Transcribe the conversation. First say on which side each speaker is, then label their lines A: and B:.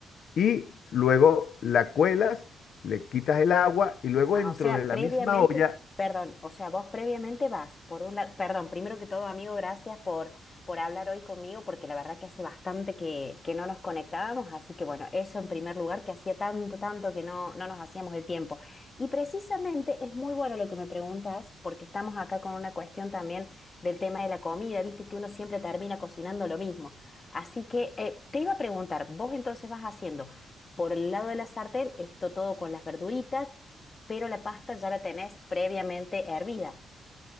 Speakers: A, on the left; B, on the left.
A: y luego la cuelas, le quitas el agua y luego
B: Ah,
A: dentro
B: o sea,
A: de la
B: previamente,
A: misma olla
B: perdón, o sea, vos previamente vas, por un lado, perdón, primero que todo, amigo, gracias por, por hablar hoy conmigo, porque la verdad que hace bastante que, que no nos conectábamos, así que bueno, eso en primer lugar, que hacía tanto, tanto que no, no nos hacíamos el tiempo. Y precisamente es muy bueno lo que me preguntas, porque estamos acá con una cuestión también del tema de la comida, viste que uno siempre termina cocinando lo mismo. Así que eh, te iba a preguntar, vos entonces vas haciendo... Por el lado de la sartén, esto todo con las verduritas pero la pasta ya la tenés previamente hervida.